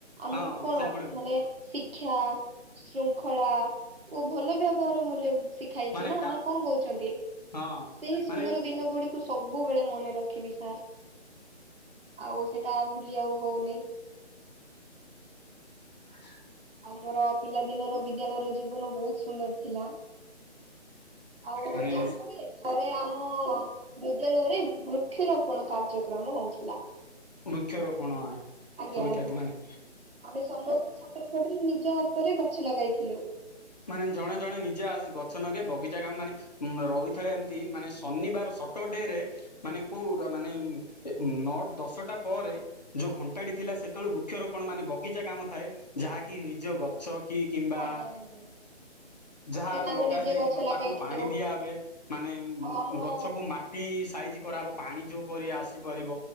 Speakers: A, on the right; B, on the left.
A: ଆମକୁ
B: ହଁ
A: କଣ
B: ସେଗୁଡିକ
A: ମାନେ ଶି କ୍ଷା ଶୃଙ୍ଖଳା ଓ ଭଲ ବ୍ୟବହାର ମୂଲ୍ୟ ଶିଖାଇଛି
B: ମାନେ
A: ନା,
B: କା
A: ନା କଣ କହୁଛନ୍ତି
B: ହଁ
A: ସେଇ ସୁନ୍ଦର
B: ମାନେ
A: ଦିନ ଗୁଡି ସବୁବେଳେ ମନେ ରଖିବି ସାର୍ ଆଉ ସେଇଟା ଭୁଲି ଆଉ ହୋଉନାହିଁ।
B: ଆଛା।
A: ଆଉ ମୋର ପିଲାଦିନର ବିଦ୍ୟାଳୟର ଜୀବନ ବହୁତ ସୁନ୍ଦର ଥିଲା, ଆଉ
B: ମାନେ
A: ଜାଣିଛନ୍ତି ଥରେ ଆମ ବିଦ୍ୟାଳୟରେ ବୃକ୍ଷରୋପଣ କାର୍ଯ୍ୟକ୍ରମ ହଉଥିଲା।
B: ବୃକ୍ଷରୋପଣ
A: ଆଜ୍ଞା
B: ହୋଇଥାନ୍ତି
A: ଆଜ୍ଞା।
B: ମାନେ
A: ଆମେ ସମସ୍ତେ ଛାତ୍ରଛାତ୍ରୀ ନିଜ ହାତରେ ଗଛ ଲଗାଇଥିଲୁ।
B: ମାନେ ଜଣେ ଜଣେ ନିଜେ ଆ ଗଛ ନଗେଇବେ ବଗିଚା କାମ ମାନେ ଉଁ ରହିଥାଏ ଏମିତି ମାନେ ଶନିବାର ସଟର ଡେ ରେ ମାନେ କୋଉଡ଼ା ମାନେ ନଅ, ଦଶଟା ପରେ ଯୋଉ ଘଣ୍ଟାଟି ଥିଲା ସେତେବେଳେ ବୃକ୍ଷରୋପଣ ମାନେ ବଗିଚା କାମ ଥାଏ ଯାହାକି ନିଜ ଗ ଛ କି କିମ୍ବା
A: ଆଜ୍ଞା ଆଜ୍ଞା।
B: ଯାହା
A: ସେଦିନ ଆମେ
B: ଲଗା
A: ନିଜେ
B: ଯାଇଥିବ
A: ଗଛ ଲଗାଇଥିଲୁ
B: ତାକୁ ପାଣି ଦିଆହେବେ ମାନେ
A: ଆଉ ଆମର
B: ଗଛକୁ ମାଟି ସାଇଜି କରାହବ ପାଣି ଯୋଉପରି ଆସିପାରିବ।